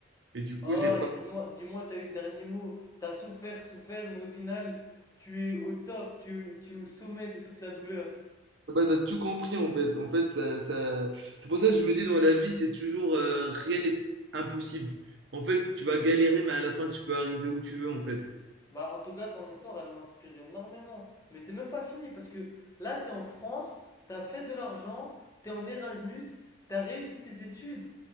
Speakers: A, on the right; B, on the left.
A: Et du coup,
B: Oh,
A: j'ai pas,
B: dis-moi, dis-moi, t'as eu le dernier mot. T'as souffert, souffert, mais au final, tu es au top, tu, es- tu es au sommet de toute la douleur.
A: bah, t'as tout compris en fait. En fait, ça, ça... c'est pour ça que je me dis dans la vie, c'est toujours euh, rien n'est impossible. En fait, tu vas galérer, mais à la fin, tu peux arriver où tu veux en fait.
B: Bah, en tout cas, ton histoire, elle m'inspire énormément. Mais c'est même pas fini parce que là, t'es en France, t'as fait de l'argent, t'es en Erasmus, t'as réussi tes études.